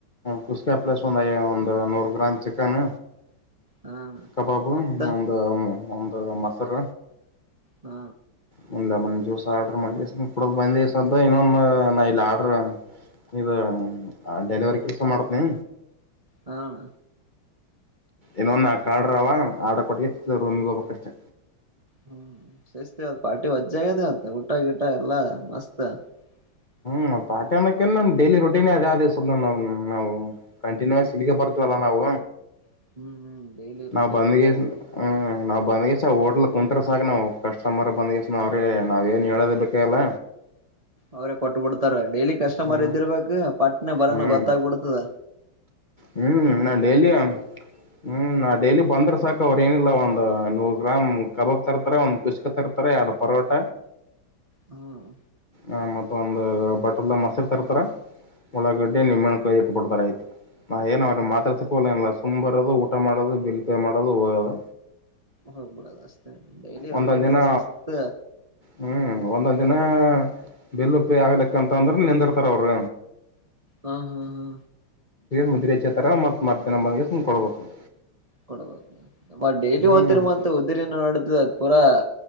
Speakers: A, on the left; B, on the right.
A: ಕುಸ್ಕಪ್್ಲಸ್ ಒಂದ ಒಂದು ನೂರು ಗ್ರಾಮ್ ಚಿಕನ್
B: ಹಣ
A: ಕಬಬ್
B: ಮತ್ತ
A: ಒಂದು ಒಂದು ಮಸರ
B: ಹಾ
A: ಮುಂದ ಅನ ಚೂಸ ಆರ್ಡರ್ ಮ ಇಡ ಬಂದ್ಸದ ಇಏ ನ ಇಲ್ಲಿ ಆರ್ಡರ್ ಇ ಡೆಲಿವರಿ ಕೆಲಸ ಮಾಡತನ
B: ಹಣ
A: ಏನೊನ್ ಆ ಕಾಡ್ರವ ಆಡ ಕೊಟ್ಟ ಇ ರೂಮಿಗೆ ಹೋಗ್ಕ್ಷ್ಟೆ
B: ಹ್ಮ್ ಸೇಿಸ್ತವತ್ತು ಪಾರ್ಟಿ ವಜ್ಜಆಗ್ಯದ ಹೊತ್ತ ಉಊಟಾ ಗಿಟಾ ಎಲ್ಲಾ ಮಸ್ತ್ <inaudible>
A: ಹ ಪಾಕಣಕನ್ ನಮ್ ಡೈಲಿ ರುಟೀನ್ ಅದಿವ ನಾವು ಕಂಟಿನ್ಯೂ ಸಿಲಿಗ ಬರ್ತವಲ್ಲ ನಾವು
B: ಹ್ಮ್ ಹ್ಮ್ ಡೈಲಿ
A: ನಾವು
B: ರೋಟೀನ್
A: ಬಂದ್ಗೆ
B: ಹಂಗ ಅದ
A: ಹ್ಮ್ ನಾವು ಬಂದ್ಗೆ ಹೋಟ್ಲ್ ಕುಂತ್ ಸಾಕಕ್ ನಾವು ಕಸ್ಟಮರ್ ಬಂದಸ ನ ಅವ್ರೀ ನಾವ್ ಏನ್ ಹೇಳೋದ ಬೇಕಲ್ಲ
B: ಅವ್ರೇ ಕೊಟ್ಟಬ ಬಿಡ್ತಾರ ಡೈಲಿ ಕಸ್ಟಮರ್
A: ಹ್ಮ್
B: ಇದ್ದಿರ್ಬೇಕಕ್ ಪಟ್ನೆ ಬರೋನ
A: ಹ್ಮ್
B: ಗೊತ್ತಾಗಬಿಡ್ತದ
A: ಹ್ಮ್ ನಾನ್ ಡೈಲಿ ಹ್ಮ್ ನಾ ಡೈಲಿ ಬಂದ್ರ ಸಾಕ ಅವ್್ರ ಏನಿಲ್ಲ ಒಂದು್ ನೂರು ಗ್ರಾಮ್ ಕಬಾಬ್ ತರ್ತಾರೆ ಒಂದ್ ಕುಷ್ಕ ತರ್ತಾರೆ ಎರಡು ಪರೋಟ
B: ಹ್ಮ್
A: ಆ ಮತ್ತ ಒಂದು ಬಟರ್ಲ್ದ ಮೊಸಿರ್ ತರ್ತಾರ ಒಳ್ಳಾಗಡ್ಡೆ
B: ಹ್ಮ್
A: ನಿಮಮ್ಮೆಣ ಕಾಯ್ದು ಇಟ್ಟಬ ಬಿಡ್ತಾರ ಆಯ್ತು ನಾ ಏನ ಅವ್ರೆ ಮಾತ್ರ ಸಿಕ್ಕೋಲಿಲ್ಲ ಸುಮ ಬರದು ಊಟ ಮಾಡೋದು ಬಿಲ್ ಪೇ ಮಾಡೋದು ಹೋಗೋದು
B: ಹೋಗ್ಬಡದು ಅ ಡೈಲಿ
A: ಒಂದೊಂದು
B: ರೋಟೀನ್
A: ದಿನ
B: ಸಿಸ್ತ್
A: ಹ್ಮ್ ಒಂದೊ್ ದಿನ ಬಲ್ ಪೇ ಆಗ್ಲಿಕ್ಕ ಅಂತ ಅಂದ್ರೆ ನಿಂದಿರ್ತಾರ ಅವರು
B: ಹ್ಮ ಹಾ ಹಾ
A: ಮುದ್ರೆಚ್ಚೆ ತರ ಮತ್ ಮರ್ತೇನ ಮ್ ಕೊಡ್ಬೇಕು
B: ಕೊಡಬೋದು ಮ ಡೈಲಿ
A: ಹ್ಮ್
B: ಹದತ್ತಿರ್ ಮತ್ತ ಉ್ದಿರಿನ ನಡತ ಅದ್ ಪೂರಾ